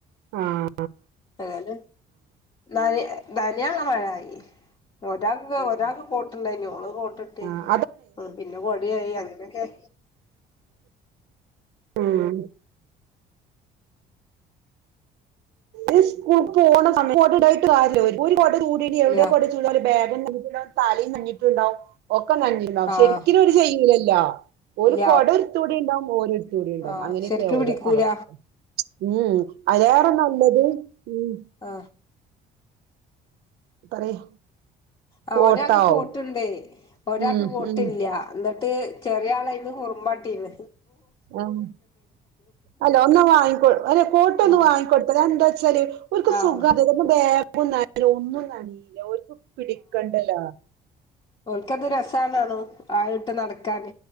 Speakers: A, on the right (about 75°); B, on the left (about 30°).
A: ആഹ്
B: ഏതാലും നനയ നനയാനുള്ള മഴയായി ഒരാക്ക് ഒരാക് കോട്ടുണ്ടായിനു അവള് കോ റ്റെ
A: ആഹ്
B: <unintelligible> പിന്നെ കൊടയായി അങ്ങനെ എ
A: മ്മ് ഈ സ്കൂൾക് പോണ സമയ <unintelligible> ഉണ്ടായിട്ട് കാര്യയില്ല ഓര് ഓര് കൊടചൂടിനി
B: ഇല്ല
A: എവിടെയാ കൊടചൂടൽ ബാഗും നനയും കിലോ താളീം കഞ്ഞീം ക്കെ ഇണ്ടാവും ഒക്കെ നനഞ്ഞിട്ടുണ്ടാവും
B: ആഹ്
A: ശെരിക്കിന് ഓര് ചെയ്യൂലല്ലോ ലാ ഓന്
B: ഇല്ല
A: കുട എടുത്തുടിണ്ടാകും ഓന് എടുത്തുടി ഇണ്ടാകും
B: ആഹ്
A: അങ്ങനെ
B: ശരിക്ക്
A: യെക്കെയാ ഒരേ
B: പിടിക്കൂല
A: അവസ്ഥ ഉം <unintelligible> ഉം
B: ആ
A: പറയ്
B: ആ
A: കോട്ടാവും
B: ഒരാക്ക് കോട്ട് ഉണ്ടേ ഒരാൾക്ക്
A: ഉം
B: കോട്ട്
A: ഉം
B: ഇല്ല എന്നിട്ട് ചെറിയ ആളായിരുന്നു കുറമ്പാട്ടിത്
A: അം അല്ല ഒന്ന് വാങ്ങി കൊ അല്ല കോട്ട് ഒന്ന്
B: ആഹ്
A: വാങ്ങി കൊടുത്തോ അഎന്താച്ചാ ചെറിയ കുട്ടി ഓര്ക്ക്
B: ആഹ്
A: സുഖാ അത് <unintelligible> ബാഗ് മൂന്നാല് ഉമ്മ കണ്ടില്ല ഓര്ക്ക് പിടിക്കണ്ടലാ
B: എന്ത് രസണണ്ണോ ആ ഇട്ട് നടക്കാൻ